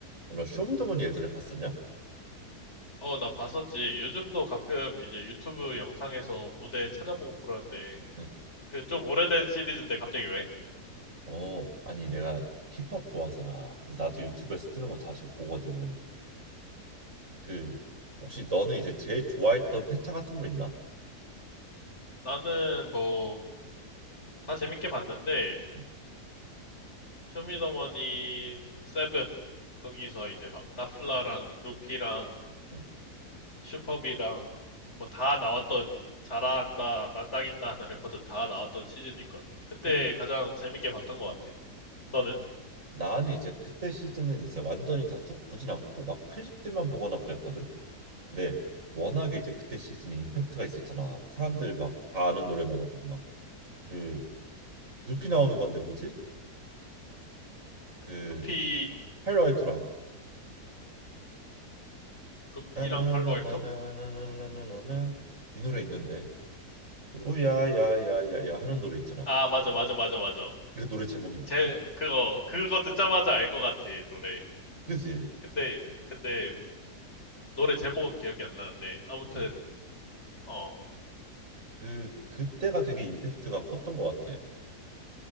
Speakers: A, on the right (about 50°); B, on the left (about 40°).
A: 너 쇼미더머니 예전에 봤었냐?
B: 어, 나 봤었지. 요즘도 가끔 이제 유튜브 영상에서 무대 찾아보고 그러는데,
A: 응.
B: 그 좀 오래된 시리즈인데 갑자기 왜?
A: 어, 아니 내가 힙합 좋아하잖아. 그래서 나도 유튜브에서 뜨는 거 자주 보거든. 그 혹시 너는 이제 제일 좋아했던 회차 같은 거 있나?
B: 나는 뭐, 다 재밌게 봤는데,
A: 응,
B: 쇼미더머니 세븐, 거기서 이제 막 나플라랑 루피랑
A: 응,
B: 슈퍼비랑 뭐 다 나왔던, 잘한다, 난다긴다 하는 래퍼들 다 나왔던 시즌이 있거든. 그때
A: 응.
B: 가장 재밌게 봤던 것 같아. 너는?
A: 나는 이제 그때 시즌은 이제 완전히 다 쭉 보진 않고 막 클립들만 보거나 그랬거든. 근데 워낙에 이제 그때 시즌에 임팩트가 있었잖아. 사람들 막 다 아는 노래 나오고 막 그 누피 나오는 건데 뭐지? 그
B: 루피,
A: 하이라이터랑
B: 루피랑
A: 나나나나나나나나나
B: 팔로알토?
A: 이 노래 있는데. 그 오야야야야야 하는 노래 있잖아.
B: 아, 맞아, 맞아, 맞아, 맞아.
A: 이거 노래 제목이 뭐지?
B: 제 그거 그거 듣자마자 알 것 같아 노래.
A: 그지?
B: 근데 근데 노래 제목은 기억이 안 나는데 아무튼
A: 응.
B: 어
A: 그 그때가 되게 임팩트가 컸던 것 같아.